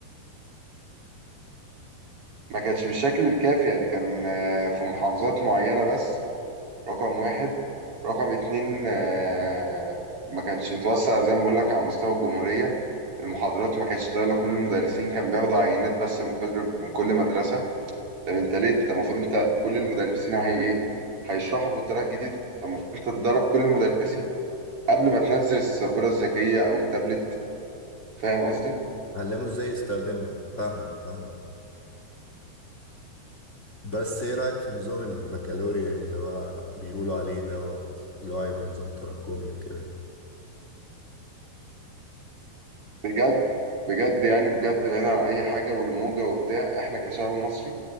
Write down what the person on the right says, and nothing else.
ما كانش بالشكل الكافي يعني كان آه، في محافظات معينة بس رقم واحد رقم اتنين آه، ما كانش متوسع زي ما بقول لك على مستوى الجمهورية المحاضرات ما كانتش طايلة كل المدرسين كان بياخدوا عينات بس من كل من كل مدرسة طب انت ليه انت المفروض انت كل المدرسين هي ايه هيشرحوا بالطريقه الجديده فالمفروض انت تدرب كل المدرسين قبل ما تنزل السبوره الذكيه او التابلت فاهم قصدي
بجد بجد يعني بجد بعيد عن اي حاجه والموجه وبتاع احنا كشعب مصري